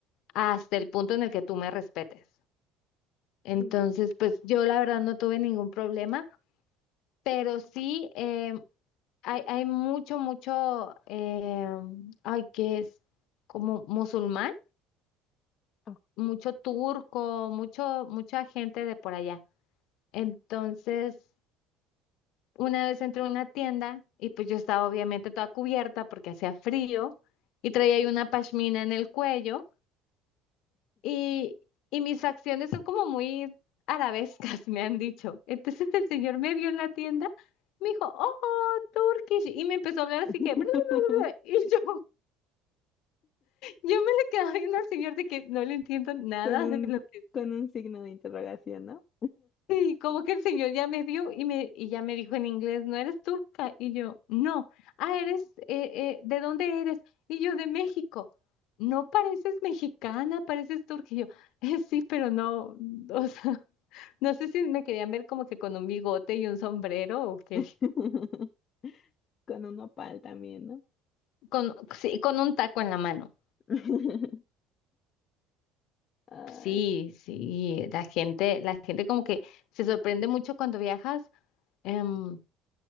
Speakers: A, on the left; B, on the left.
A: hasta el punto en el que tú me respetes. Entonces,
B: Sí.
A: pues yo la verdad no tuve ningún problema. pero sí eh, hay, hay mucho, mucho, eh, ay, que es como musulmán,
B: ok.
A: mucho turco, mucho, mucha gente de por allá. Entonces, una vez entré a una tienda y pues yo estaba obviamente toda cubierta porque hacía frío y traía ahí una pashmina en el cuello. Y, y mis acciones son como muy arabescas, <laughs> me han dicho. Entonces el señor me vio en la tienda, me dijo, oh, oh, Turkish, y me empezó a hablar
B: <laughs>
A: así que, <laughs> y yo, yo me le quedaba viendo al señor de que no le entiendo nada
B: Con un,
A: de lo que
B: con un signo de interrogación, ¿no?
A: Sí, como que el señor ya me vio y me y ya me dijo en inglés, ¿no eres turca? Y yo, no. Ah, eres, eh, eh, ¿de dónde eres? Y yo, de México. No pareces mexicana, pareces turca. Y yo, <laughs> "Eh, sí, pero no, o sea, <laughs> no sé si me querían ver como que con un bigote y un sombrero o qué.
B: <laughs> con un nopal también, ¿no?
A: Con, sí, con un taco en la mano.
B: <laughs> Ay,
A: Sí, sí, la gente, la gente como que se sorprende mucho cuando viajas, em,